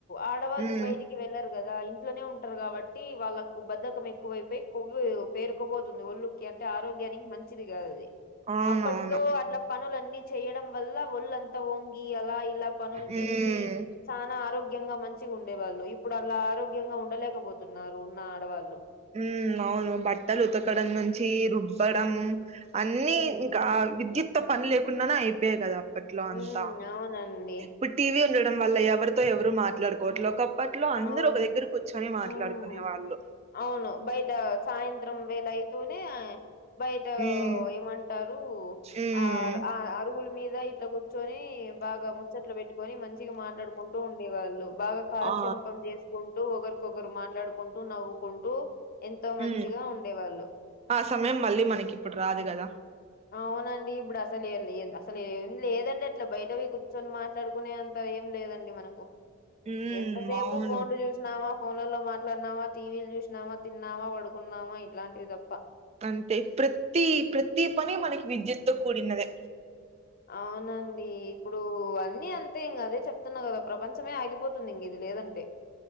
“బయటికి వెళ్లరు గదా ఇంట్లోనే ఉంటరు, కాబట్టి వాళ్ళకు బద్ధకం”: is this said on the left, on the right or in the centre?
Left